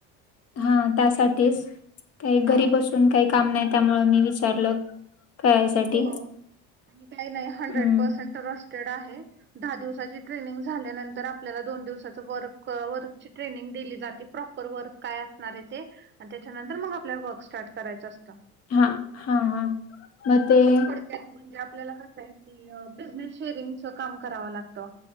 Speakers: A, on the left; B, on the right.
A: हा त्यासाठीच. काही घरी
B: हा
A: बसून काही काम नाही. त्यामुळे मी विचारलं. करायसाठी,
B: हो. आणि काही नाही हंड्रेड
A: हम्म
B: पर्सेंट टॢस्टेड आहे. दहा दिवसाची ट्रेनिंग झाल्यानंतर, आपल्याला दोन दिवसाच व वर्कची ट्रेनिंग दिली जाते. प्रॉपर वर्क काय असणारे ते. आणि त्याच्यानंतर मग आपल्याला वर्क स्टार्ट करायचं असतं.
A: हा. हा हा. मग ते
B: थोडक्यात म्हणजे आपल्याला कसंये की, बिझनेस शेअरिंगच काम करावं लागतं.